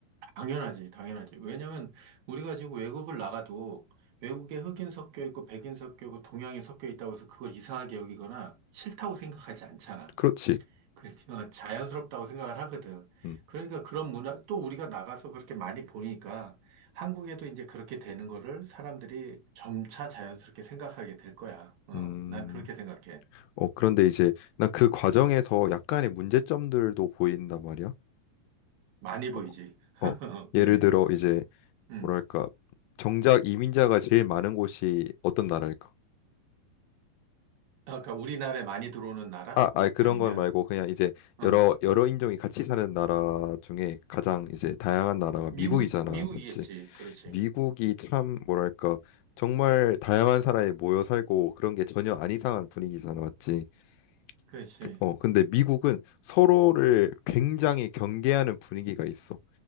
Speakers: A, on the right (about 75°); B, on the left (about 80°).
A: 당연하지, 당연하지. 왜냐면 우리가 지금 외국을 나가도 외국에 흑인 섞여 있고 백인 섞여 있고 동양이 섞여 있다고 해서 그걸 이상하게 여기거나 싫다고 생각하지 않잖아.
B: 그렇지.
A: 그렇지만 자연스럽다고 생각을 하거든.
B: 음.
A: 그러니까 그런 문화, 또 우리가 나가서 그렇게 많이 보니까 한국에도 이제 그렇게 되는 거를 사람들이 점차 자연스럽게 생각하게 될 거야. 어,
B: 음.
A: 난 그렇게 생각해.
B: 어, 그런데 이제 난 그 과정에서 약간의 문제점들도 보인단 말이야.
A: 많이 보이지.
B: 어,
A: <laughs>
B: 어,
A: 그지?
B: 예를 들어 이제
A: 음.
B: 뭐랄까 정작 이민자가 제일 많은 곳이 어떤 나라일까?
A: 아까 우리나라에 많이 들어오는 나라?
B: 아, 아 그런
A: 아니면,
B: 건 말고 그냥 이제
A: 어.
B: 여러 여러 인종이 같이 사는 나라 중에 가장 이제 다양한 나라가
A: 미국,
B: 미국이잖아,
A: 미국이겠지.
B: 맞지?
A: 그렇지.
B: 미국이 참 뭐랄까 정말 다양한 사람이 모여 살고 그런 게 전혀 안 이상한 분위기잖아, 맞지?
A: 그렇지.
B: 그- 어, 근데 미국은 서로를 굉장히 경계하는 분위기가 있어.